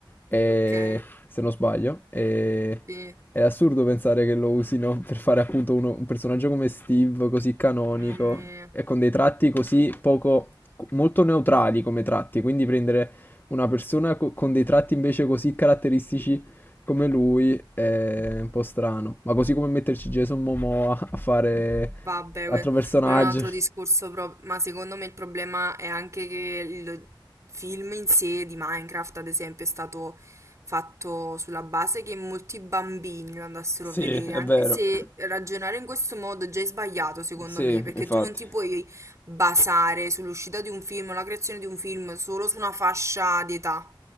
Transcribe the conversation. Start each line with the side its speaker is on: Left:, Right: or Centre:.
Left: e-
Right: Ok,
Left: se non sbaglio. E...
Right: sì,
Left: È assurdo pensare che lo usino per fare appunto uno- un personaggio come Steve, così canonico,
Right: mamma mia.
Left: e con dei tratti così poco, molto neutrali come tratti, quindi prendere una persona co- con dei tratti invece così caratteristici come lui è un po' strano, ma così come metterci Jason Momoa a fare
Right: Vabbè,
Left: l'altro
Right: que-
Left: personaggio.
Right: quello è un altro discorso, pro- ma secondo me il problema è anche che il film in sé di Minecraft, ad esempio, è stato fatto sulla base che molti bambini lo andassero
Left: Sì,
Right: a vedere,
Left: è
Right: anche
Left: vero.
Right: se ragionare in questo modo già è sbagliato, secondo
Left: Sì,
Right: me, perché
Left: infatti.
Right: tu non ti puoi basare sull'uscita di un film o la creazione di un film solo su una fascia di età.